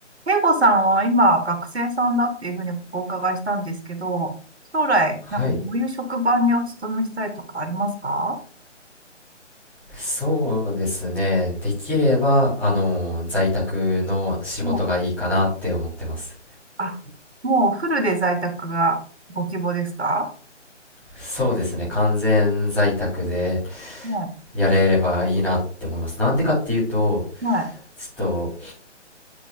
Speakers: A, on the right; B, in the centre.
A: 慶吾さんは今学生さんだっていうふうにお伺いしたんですけど、将来、
B: はい、
A: なんかどういう職場にお勤めしたいとかありますか
B: そうですね。できれば、あの、在宅の仕事がいいかなって思ってます。
A: もう、あ、もうフルで在宅がご希望ですか
B: そうですね、完全在宅で
A: は
B: やれればいいなって思います。なんでかっていうと、
A: い、はい、
B: ちょっと、